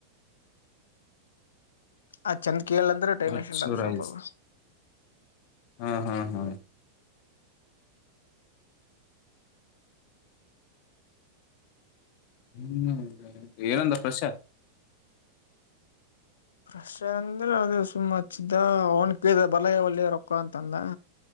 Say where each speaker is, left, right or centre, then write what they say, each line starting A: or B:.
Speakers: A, on the left; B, on the left.
A: ಆ್ ಚೆಂದ ಕೇಳ ಅಂದ್ರೆ ಟೈಮ್
B: ಅರ್ಚೂರ್
A: ಎಷ್ಟಂಡ ಸ್ವಲ್ಪದು
B: ಆಯ್ಸ್ ಹಾ ಹಾ ಹಾ ಹ್ಮ್ ಏನಂದ ಪರಶ್ಯ
A: ಫ್ರಶ್ ಅಂದ್ರ ಅದ ಸುಮ್ ಹಚ್ಚಿದ್ದ ಅವನ್ ಕ ಬಲ ಒಳ್ಳಯ ರೊಕ್ಕ ಅಂತಂದ